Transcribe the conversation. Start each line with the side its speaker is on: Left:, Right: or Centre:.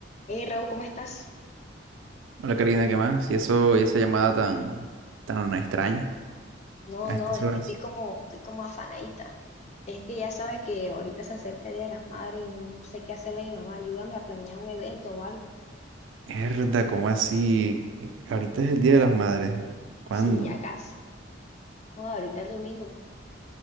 Left: Hey Raúl, ¿cómo estás?
Right: Hola Karina, ¿qué más? Y eso, y esa llamada tan, tan extraña
Left: No,
Right: a
Left: no,
Right: estas
Left: es
Right: horas.
Left: que estoy como, estoy como afanadita. Es que ya sabes que ahorita se acerca el Día de las Madres y no sé qué hacerle a mi mamá. Ayúdame a planear un evento o algo.
Right: Herda, ¿cómo así? Eh, Ahorita es el Día de las Madres. ¿Cuándo?
Left: Sí, ya casi. O ahorita el domingo.